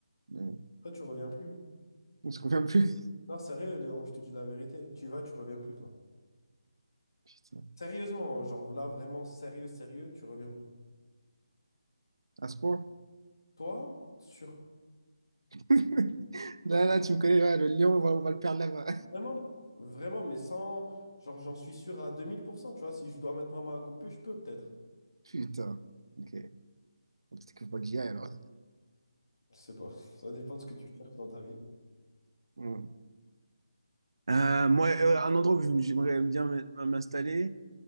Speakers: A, on the right (about 75°); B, on the left (about 55°).
A: Mais
B: Toi, tu reviens plus.
A: on se convient plus.
B: Non, sérieux, Léon, je te dis la vérité. Tu vas, tu reviens plus, toi.
A: <laughs> Putain.
B: Sérieusement, genre là, vraiment sérieux, sérieux, tu reviens plus.
A: À ce point.
B: Toi, sur...
A: <laughs> Là, là, tu me connais, là, le lion, on va, on va le perdre là-bas.
B: Vraiment, vraiment, mais sans... Genre, j'en suis sûr à deux mille pour cent tu vois. Si je dois mettre ma main à couper, je peux peut-être.
A: <laughs> Putain. Ok. Peut-être qu'il faut pas que j'y aille alors.
B: Je sais pas. <laughs> Ça dépend de ce que tu cherches dans ta vie.
A: Hmm. Euh, moi, euh, un endroit où j'aimerais bien m- m'installer,